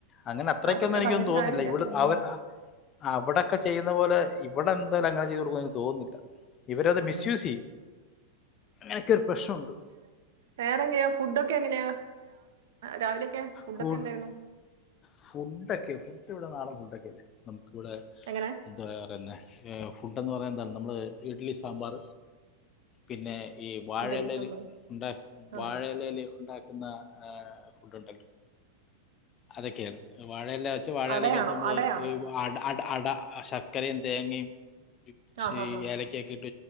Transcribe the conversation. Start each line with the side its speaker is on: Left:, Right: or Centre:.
Left: അങ്ങനെ അത്രക്കൊന്നും
Right: അത് പിന്നെ
Left: എനിക്കൊന്നും
Right: പറഞ്ഞിട്ട്
Left: തോന്നുന്നില്ല
Right: കാര്യല്ല
Left: ഇവിടെ
Right: ഉം
Left: അവര്! അവിടെക്കെ ചെയ്യുന്ന പോലെ ഇടെന്തായാലും അങ്ങനെ ചെയ്ത് കൊടുക്കും എന്നു എനിക്ക് തോന്നുന്നില്ല. ഇവരത് മിസ്
Right: ഉം
Left: യൂസ് ചെയ്യും. അങ്ങനെയൊക്കെ ഒരു പ്രശ്നമുണ്ട്.
Right: വേറെ എങ്ങനെയാ? ഫുഡൊക്കെ എങ്ങനെയാ? രാവിലെയൊക്കെ ഫുഡൊക്കെ
Left: ഫുഡ്
Right: എന്തായിരുന്നു?
Left: ഫുഡൊക്കെ ഉണ്ട് ഫുഡ് ഇവിടെ നാടൻ ഫുഡ ഒക്കെ അല്ലേ! നമുക്കിവിടെ!
Right: എങ്ങനെ?
Left: എന്തുവാ പറയുന്നെ ഫുഡ എന്ന് പറയുന്നത് എന്താണ്? നമ്മൾ ഇഡ്ലി സാമ്പാർ! പിന്നെ ഈ വാഴലേലു
Right: ഇഡലി സാമ്പാർ
Left: ഉണ്ടാക്കി
Right: ആ
Left: വാഴ! ലേലു ഉണ്ടാക്കുന്ന ഫുഡ് ഉണ്ടല്ലോ! അതൊക്കെയാണ്. വാഴേല വെച്ച് വാഴയിലേക്കകത്ത്
Right: അടയാണോ
Left: നമ്മള്!
Right: അടയാണോ
Left: അട അട് അട! ശർക്കരയും തേങ്ങയുംശ്ശീ
Right: ആ ഹാ ഹാ
Left: ഏല! കേറ്റിട്ട്